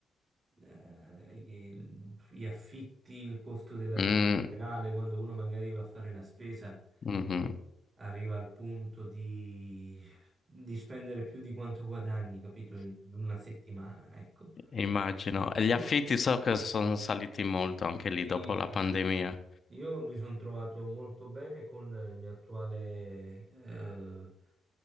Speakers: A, on the right (about 35°); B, on the left (about 40°).
A: eh, i- gli affitti, il costo della vita
B: mm,
A: in generale, quando uno magari va a fare la spesa,
B: mhm.
A: arriva al punto di, di spendere più di quanto guadagni, capito, in una settimana, ecco.
B: Immagino. E gli affitti
A: Io,
B: so che sono saliti molto anche lì
A: sì,
B: dopo
A: sì,
B: la pandemia.
A: sì. Io mi sono trovato molto bene con il mio attuale, eh,